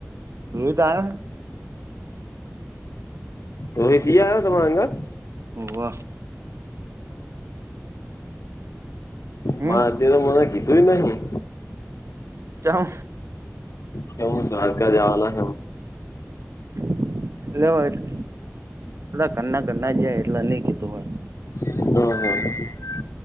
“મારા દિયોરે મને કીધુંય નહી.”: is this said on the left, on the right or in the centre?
Left